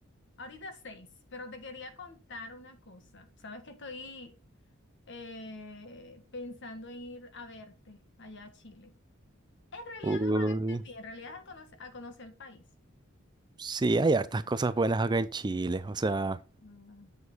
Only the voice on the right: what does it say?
Uy.
Sí, hay hartas cosas buenas acá en Chile. O sea,